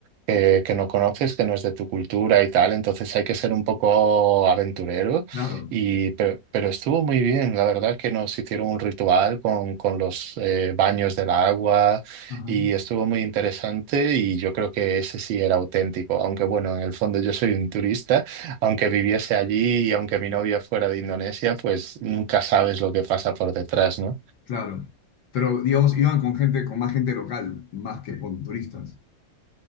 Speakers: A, on the right (about 75°); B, on the left (about 60°).
A: que, que no conoces, que no es de tu cultura y tal, entonces hay que ser un poco aventurero,
B: Claro,
A: y, pero, pero estuvo muy bien, la verdad que nos hicieron un ritual con, con los eh, baños del agua.
B: Ajá.
A: Y estuvo muy interesante y yo creo que ese sí era auténtico, aunque bueno, en el fondo yo soy un turista, aunque viviese allí y aunque mi novia fuera de Indonesia, pues nunca sabes lo que pasa por detrás, ¿no?
B: claro. Pero, digamos, iban con gente, con más gente local, más que con turistas.